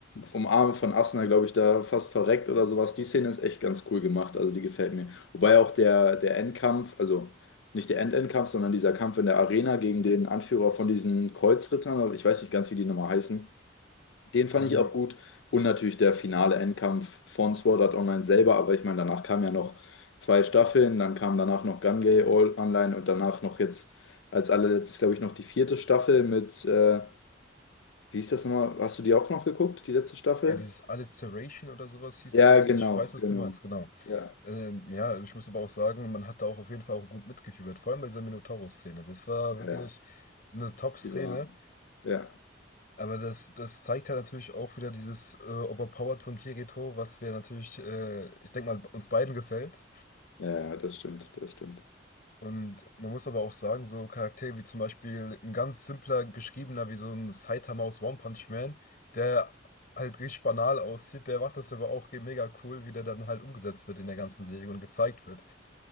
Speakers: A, on the left (about 75°); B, on the left (about 50°).
A: Umarmen von Asuna, glaube ich, da fast verreckt oder sowas. Die Szene ist echt ganz cool gemacht, also die gefällt mir. Wobei auch der, der Endkampf, also nicht der End-End-Kampf, sondern dieser Kampf in der Arena gegen den Anführer von diesen Kreuzrittern, aber ich weiß nicht ganz, wie die nochmal heißen. Den fand
B: Ähm,
A: ich auch gut. Und natürlich der finale Endkampf von Sword Art Online selber, aber ich meine, danach kamen ja noch zwei Staffeln, dann kam danach noch Gungai All Online und danach noch jetzt als allerletztes, glaube ich, noch die vierte Staffel mit, äh, wie hieß das nochmal? Hast du die auch noch geguckt, die letzte Staffel?
B: ja, dieses Alliteration oder sowas hieß
A: Ja,
B: es.
A: genau,
B: Ich weiß, was
A: genau.
B: du meinst, genau.
A: Ja,
B: Ähm, ja, ich muss aber auch sagen, man hat da auch auf jeden Fall auch gut mitgefiebert, vor allem bei dieser Minotaurus-Szene. Das war wirklich
A: ja, ja.
B: eine Top-Szene,
A: Die war. Ja,
B: aber das, das zeigt halt natürlich auch wieder dieses äh, Overpowered von Kirito, was wir natürlich, äh, ich denke mal, uns beiden gefällt.
A: ja, ja, das stimmt, das stimmt.
B: Und man muss aber auch sagen, so Charaktere wie zum Beispiel ein ganz simpler geschriebener wie so ein Saitama aus One Punch Man, der halt richtig banal aussieht, der macht das aber auch mega cool, wie der dann halt umgesetzt wird in der ganzen Serie und gezeigt wird.